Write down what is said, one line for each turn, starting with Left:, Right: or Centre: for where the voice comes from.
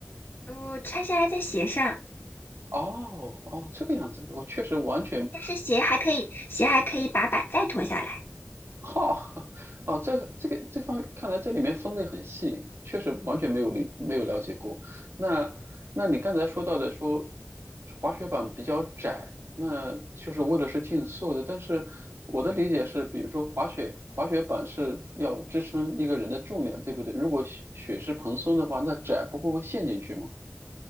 Left: 呃，拆下来在鞋上，
Right: 哦哦，这个样子，我确实完全
Left: 但是鞋还可以，鞋还可以把板再脱下来，
Right: 哈哦，这个这个这方面，看来这里面分类很细，确实完全没有理没有了解过。那那你刚才说到的说滑雪板比较窄，那就是为了是竞速的，但是我的理解是，比如说滑雪滑雪板是要支撑一个人的重量，对不对？如果雪雪是蓬松的话，那窄不会会陷进去吗？